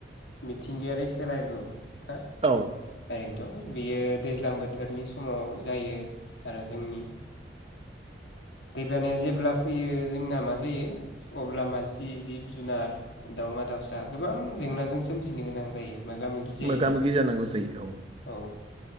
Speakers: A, on the left; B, on the right.
A: मिथिंगायारि सोलायलु हा
B: औ
A: ओरैनोथ' बियो दैज्लां बोथोरनि समाव जायो आरो जोंनि दैबानाया जेब्ला फैयो जोंना मा जायो अब्ला सि जिब जुनार दाावमा दाउसा गोबां जेंनाजों सोमिनो गोनां जायो मोगा मोगि जायोना
B: मोगा मोगि जानांगौसै औ।
A: औ